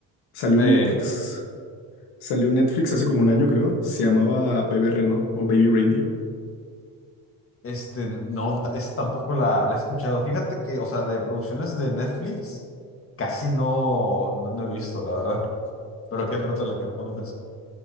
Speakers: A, on the left; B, on the left.
A: Salió
B: Eh,
A: en Netflix, salió en Netflix hace como un año, creo. Se llamaba Bebé Reno o Baby Reindeer.
B: este, no, ta- esa tampoco la, la he escuchado. Fíjate que, o sea, de producciones de Netflix, casi no, no, no he visto, la verdad. Pero ¿qué trata la que me cuentas?